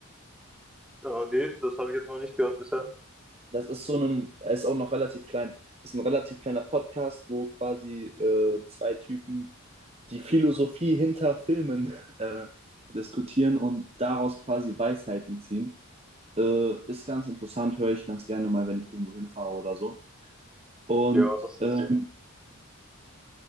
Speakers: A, in the centre; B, on the right.
A: Äh, nee, das habe ich jetzt noch nicht gehört bisher.
B: das ist so ein, er ist auch noch relativ klein, ist ein relativ kleiner Podcast, wo quasi äh, zwei Typen die Philosophie hinter Filmen <laughs> äh, diskutieren und daraus quasi Weisheiten ziehen. Äh, ist ganz interessant, höre ich ganz gerne mal, wenn ich irgendwo hinfahre oder so. Und
A: Ja, das,
B: ähm,